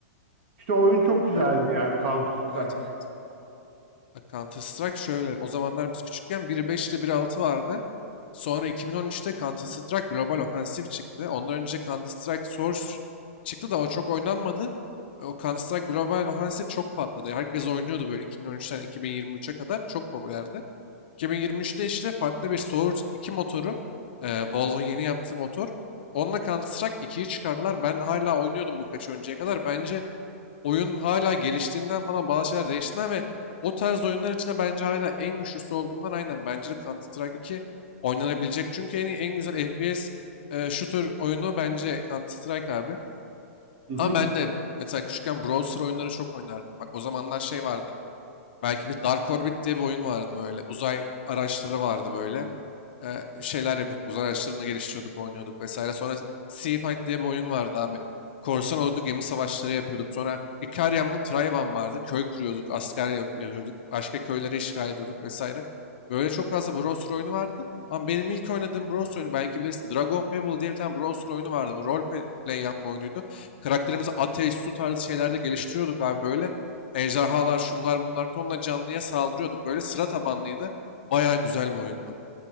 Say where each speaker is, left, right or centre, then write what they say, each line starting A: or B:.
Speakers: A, on the right; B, on the left.
A: İşte oyun çok güzeldi
B: Tabii.
A: yani Counter
B: Evet
A: Strike.
B: evet. Bak Counter Strike şöyle. O zamanlar biz küçükken 1.5 ile biri altı vardı. Sonra 2013'te Counter Strike Global Offensive çıktı. Ondan önce Counter Strike Source çıktı da o çok oynanmadı. O Counter Strike Global Offensive çok patladı. Herkes oynuyordu böyle 2013'ten 2023'e kadar. Çok popülerdi. 2023'te işte farklı bir Source 2 motoru. E, Valve'ın yeni yaptığı motor. Onunla Counter Strike 2'yi çıkardılar. Ben hala oynuyordum birkaç önceye kadar. Bence oyun hala geliştiğinden falan bazı şeyler değiştiğinden ve o tarz oyunlar içinde bence hala en güçlüsü olduğundan aynen bence de Counter-Strike 2 oynanabilecek. Çünkü en iyi, en güzel FPS e, shooter oyunu bence Counter-Strike abi.
A: Hı hı.
B: Ama ben de mesela küçükken browser oyunları çok oynardım. Bak o zamanlar şey vardı. Belki bir Dark Orbit diye bir oyun vardı böyle. Uzay araçları vardı böyle e, şeyler yapıyorduk. Uzay araçlarını geliştiriyorduk, oynuyorduk vesaire. Sonra Sea Fight diye bir oyun vardı abi. Korsan oldu gemi savaşları yapıyorduk. Sonra Ikariam'la Trayvan vardı. Köy kuruyorduk, asker yap- yapıyorduk. Başka köyleri işgal ediyorduk vesaire. Böyle çok fazla browser oyunu vardı. Ama benim ilk oynadığım browser oyunu belki bilirsin. Dragon Fable diye bir tane browser oyunu vardı. Bu role play play yapma oyunuydu. Karakterimizi ateş, su tarzı şeylerde geliştiriyorduk abi böyle. Ejderhalar, şunlar bunlar tonla canlıya saldırıyorduk. Böyle sıra tabanlıydı. Bayağı güzel bir oyundu.